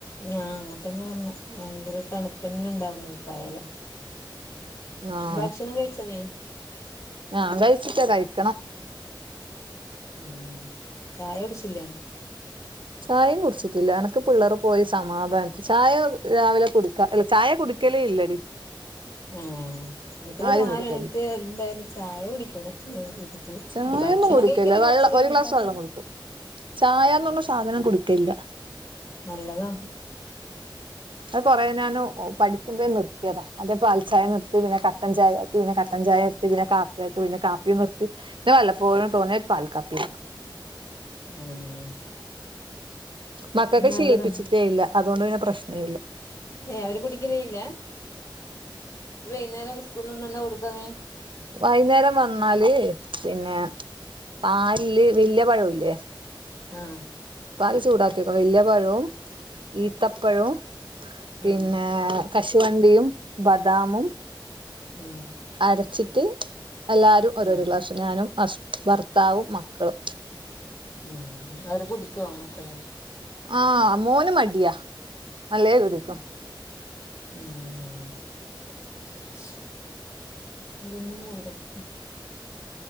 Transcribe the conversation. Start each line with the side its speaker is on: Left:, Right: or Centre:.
Left: ആഹ് അങ്ങന തന്നെ പറഞ്ഞ ഭയങ്കര തണുപ്പ് തന്നെ ഇണ്ടാവുന്നു കുപ്പായല
Right: ആഹ്
Left: ഭക്ഷണം കഴിച്ചാ നീ
Right: ഞാൻ കഴിച്ചിട്ടില്ല കഴിക്കണം
Left: ഉം ചായ കുടിച്ചില്ലേ
Right: ചായയും കുടിച്ചിട്ടില്ല അനക്ക് പിള്ളേർ പോയി സമാധാനത്തിൽ ചായ രാവിലെ കുടച്ച് അല്ല ചായകുടിക്കലേല്ലടി
Left: ഏഹ് എനിക്ക
Right: ആരും
Left: രാവിലെ
Right: കുടിക്കലില്ല
Left: എണീറ്റ് എന്തായാലും ചായ കുടിക്കണം ഇത്
Right: ചായൊന്നും
Left: ഭക്ഷണം
Right: കുടിക്കലില്ല
Left: കഴിക്കല് കൊറച്ച്
Right: വെള്ളം
Left: കഴിഞ്ഞിട്ടാകണം
Right: ഒരു ഗ്ലാസ് വെള്ളം കുടിക്കും ചായന്ന് പറഞ്ഞ സാദനം കുടിക്കലില്ല
Left: നല്ലതാ
Right: അത് കുറേ ഞാൻ പഠിക്കുമ്പയെ നിർത്തിയതാ ആദ്യം പാൽ ചായ നിർത്തി പിന്നെ കട്ടൻ ചായ പിന്നെ കട്ടൻചായർത്തി പിന്നെ കാപ്പിയാക്കി പിന്നെ കാപ്പിയും നിർത്തി പിന്നെ വല്ലപ്പോഴും തോന്നി യ ഒരുപൽ കാപ്പി കുടി
Left: ഏഹ്
Right: മക്കൊക്ക്
Left: നല്ലതാണ്
Right: ശീലിപ്പിച്ചിട്ടേ ഇല്ല അതുകൊണ്ട് പിന്നെ പ്രശ്ന ഇല്ല
Left: ഏഹ് അവര് കുടിക്കലേല്ല വൈന്നേരം സ്കൂളിൾന്ന് വന്നാ എന്താ കൊടുക്കുന്നേ?
Right: വൈന്നേരം വന്നാൽ പിന്നെ പാലില് വല്യ പഴോല്ലേ?
Left: ആഹ്
Right: പാല് ചൂടാക്കിക്കും വല്യ പഴും ഈത്തപ്പഴും പിന്നെ
Left: ഉം
Right: കശുവണ്ടിയും ബദാമും
Left: ഉം
Right: അരച്ചിട്ട് എല്ലാരും ഓരോരോ
Left: ആഹ്
Right: ക്ലാസ് ഞാനും ഹസ് ഭർത്താവും മക്കളും.
Left: ഉം അവര് കുടിക്കോ മക്കൾ?
Right: ആഹ് മോന് മടിയാ നല്ലേ കുടിക്കും.
Left: ഉം
Right: <unintelligible>
Left: ഉം <unintelligible>